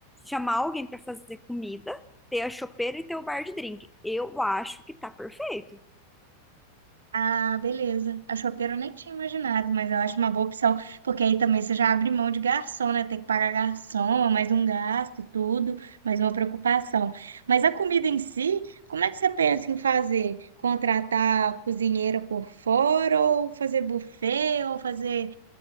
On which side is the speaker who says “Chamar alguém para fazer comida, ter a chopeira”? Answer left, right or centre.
Centre